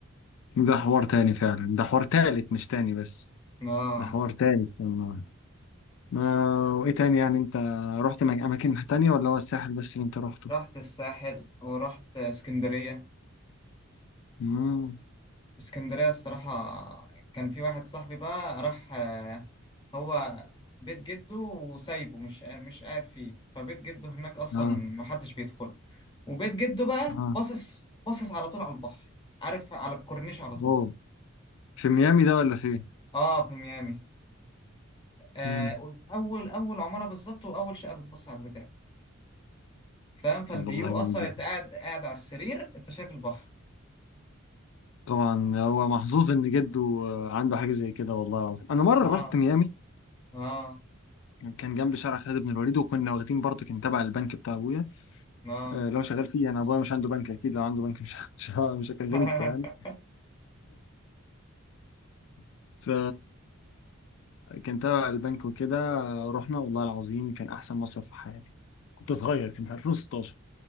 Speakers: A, on the left; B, on the left.
A: ده حوار تاني فعلا ده حوار تالت مش تاني بس
B: اه
A: ده حوار تاني والله ما وايه تاني يعني انت رحت مك- اماكن تانية ولا هو الساحل بس اللي انت رحته
B: رحت الساحل ورحت اسكندرية
A: امم
B: اسكندرية الصراحة كان في واحد صاحبي بقى راح آه، هو بيت جده وسايبه مش مش قاعد فيه فبيت جده هناك اصلا
A: اه
B: محدش بيدخل وبيت جده بقى
A: اه
B: باصص باصص على طول على البحر عارف على الكورنيش على طول
A: اوه في ميامي ده ولا فين
B: اه في ميامي آه
A: امم
B: اول اول عمارة بالظبط واول شقة بتبص على البتاع فاهم فالفيو
A: طب والله
B: اصلا
A: جميل جدا
B: انت قاعد قاعد على السرير انت شايف البحر
A: طبعا هو محظوظ ان جده آه، عنده حاجه زي كده والله العظيم انا مره
B: اه
A: رحت ميامي
B: اه
A: كان جنب شارع خالد بن الوليد وكنا واخدين برضه كان تبع البنك بتاع ابويا
B: اه
A: آه، لو شغال فيه انا ابويا مش عنده بنك اكيد لو عنده بنك مش <laughs> مش مش هكلمكم
B: <laughs>
A: يعني <laughs> ف كان تبع البنك وكده رحنا والله العظيم كان احسن مصيف في حياتي كنت صغير كان في 2016